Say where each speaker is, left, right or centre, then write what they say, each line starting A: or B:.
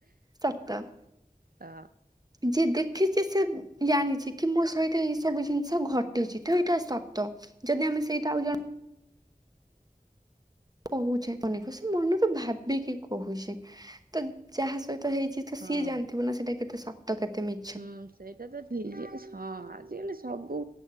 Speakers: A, on the right; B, on the right.
A: ସତ।
B: ଅ।
A: ଯିଏ ଦେଖିଚି ସେ ଜାଣିଚି। କି ମୋ ସହିତ ଏଇ ସବୁ ଜିନିଷ ଘଟିଚି ତ ଏଇଟା ସତ ଯଦି ଆମେ ସେଇଟା ଆଉ ଜଣ କୋହୁଚେ ଅନେକ ସେ ମନରୁ ଭାବିକି କୋହୁ ଚି ତ ଯାହା ସହି ତ ହେଇଚି ତ
B: ହଁ
A: ସିଏ ଜାଣିଥିବ ନା ସେଟା କେତେ ସତ କେତେ ମି
B: ହୁଁ ସେଇଟା ତ ଠିକ୍ ହଁ ଆଜିକାଲି ସବୁ